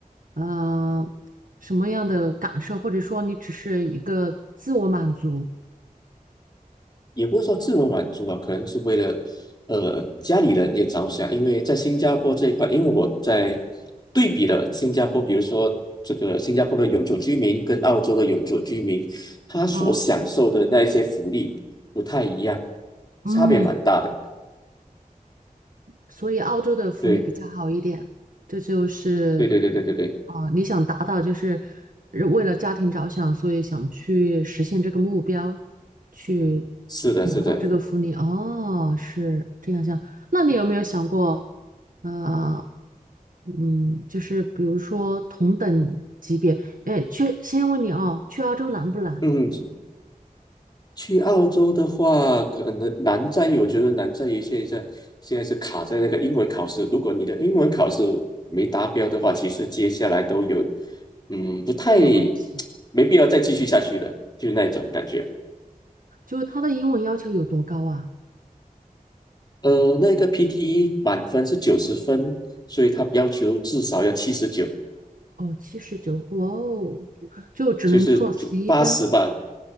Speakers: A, on the right; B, on the left.
A: 呃什么样的感受，或者说你只是一个自我满足？
B: 也不是说自我满足吧，可能是为了呃家里人也着想，因为在新加坡这一块，因为我在对比了新加坡，比如说这个新加坡的永久居民跟澳洲的永久居民，他所享受的那一些福利不太一样，
A: 啊。嗯。
B: 差别蛮大的。
A: 所以澳洲的福利比较好一点。
B: 对，
A: 这就是，
B: 对对对对对对，
A: 啊、你想达到就是呃为了家庭着想，所以想去实现这个目标，去
B: 是的，
A: 拿到这个福利。
B: 是的，
A: 哦，是这样想。那你有没有想过，呃，嗯，就是比如说同等级别，哎，去先问你啊，去澳洲难不难？
B: 嗯。去澳洲的话，可能难在于，我觉得难在于现在现在是卡在那个英文考试。如果你的英文考试没达标的话，其实接下来都有，嗯，不太
A: 都有问题，
B: <tsk> 没必要再继续下去了，就是那一种感觉。
A: 就是他的英文要求有多高啊？
B: 呃，那个 PTE 满分是九十分，所以他要求至少要七十九。
A: 哦，七十九，哇哦，就只能错十一分
B: 就是八十吧，